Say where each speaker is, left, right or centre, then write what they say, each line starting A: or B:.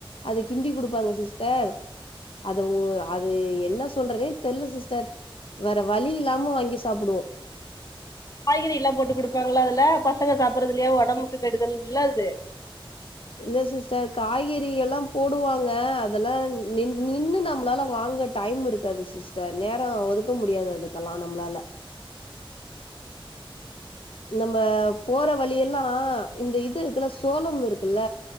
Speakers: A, on the left; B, on the left.
A: அது கிண்டி குடுப்பாங்க சிஸ்டர் அதவு அது என்ன சொல்றதே தெர்ல சிஸ்டர் வேற வலி இல்லாம வாங்கி சாப்பிடுவோ
B: காய்கறில்லாம் போட்டு கொடுப்பாங்களா அதுல பசங்க சாப்பிடடுறதுலையா உடம்புக்கு கெடுதல் இல்லையா அது
A: இல்ல சிஸ்டர் காய்கறி எல்லாம் போடுவாங்க அதெல்லாம் நி நின்னு நம்மளால வாங்க டைம் இருக்காது சிஸ்டர் நேரம் ஒதுக்க முடியாது அதுக்கெல்லா நம்பளால நம்ம போற வழியெல்லா இந்த இது இருக்குல்லா சோளம் இருக்குல்ல